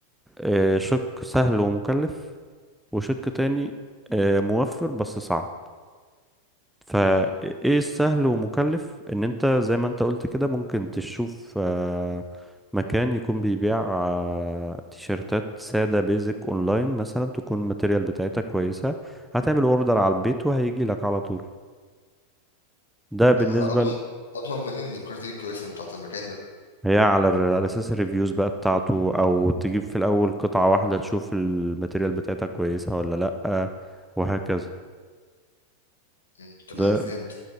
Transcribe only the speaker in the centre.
آه، شق سهل ومكلف وشق تاني آه، موفر بس صعب فايه
السهل ومكلف ان انت زي ما انت قلت كده ممكن تشوف آه، مكان يكون بيبيع آه، تيشيرتات سادة بيزك اونلاين مثلا تكون الماتيريال بتاعتها كويسة هتعمل اوردر على البيت وهيجي لك على طول ده بالنسبة
ل-
هي على الر- على اساس الريفيوز بقى بتاعته او تجيب في الاول قطعة واحدة تشوف الماتيريال بتاعتها كويسة ولا لأ وهكذا
ده